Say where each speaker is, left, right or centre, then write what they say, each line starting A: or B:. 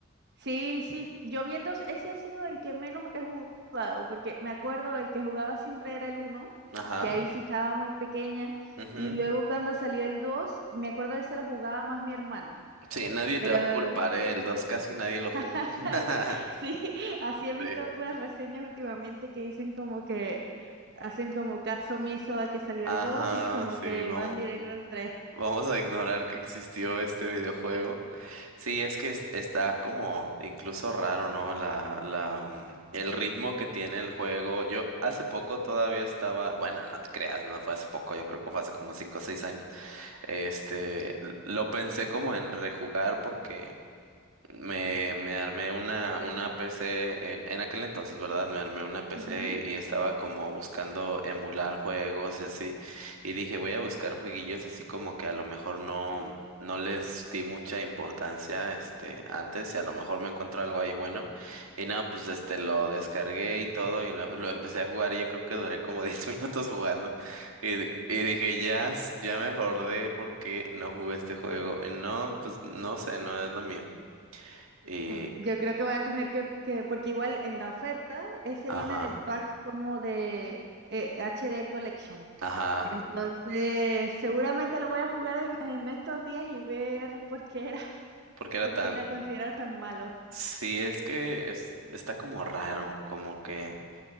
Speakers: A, on the right; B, on the right.
A: sí, sí. Yo vi el 2. ese ha sido el que menos he jugado, porque me acuerdo el que jugaba siempre era el uno.
B: Ajá.
A: que ahí sí estaba muy pequeña,
B: ujú.
A: y luego cuando salió el 2, me acuerdo de ese lo jugaba más mi hermano,
B: Sí, nadie
A: pero
B: te va a culpar, ¿eh? El 2 casi nadie lo
A: <laughs>
B: jugó. <laughs>
A: sí, así he visto
B: Sí.
A: puras reseñas últimamente que dicen como que hacen como caso omiso a que salió
B: Ajá,
A: el 2 y como
B: sí,
A: que
B: vamos,
A: van directo al 3.
B: vamos a ignorar que existió este videojuego. Sí, es que es- está como incluso raro, ¿no? La, la, mm, el ritmo que tiene el juego. Yo hace poco todavía estaba, bueno, no te creas, no fue hace poco, yo creo que fue hace como 5 o 6 años. Este, lo pensé como en rejugar porque me, me armé una, una PC en, en aquel entonces, ¿verdad? Me armé una PC
A: Ujú.
B: y estaba como buscando emular juegos y así. Y dije, voy a buscar jueguillos así como que a lo mejor no, no les di mucha importancia, este, antes y a lo mejor me encuentro algo ahí bueno. Y nada, pues este, lo descargué y todo y lo, <laughs> lo empecé a jugar y yo creo que duré como <laughs> 10 minutos jugando. Y, di- y dije, ya, s- ya me acordé porque no jugué este juego. Y no, pues no sé, no es lo mío. Y,
A: Oh, Yo creo que voy a tener que, que- porque igual en la oferta, ese
B: ajá,
A: viene en el pack como de eh, HD Collection.
B: ajá,
A: Entonces, seguramente lo voy a jugar en, en estos días y ver por qué era, <laughs>
B: porque era
A: por
B: tan,
A: qué era considerado tan malo.
B: sí, es que es, está como raro, como que,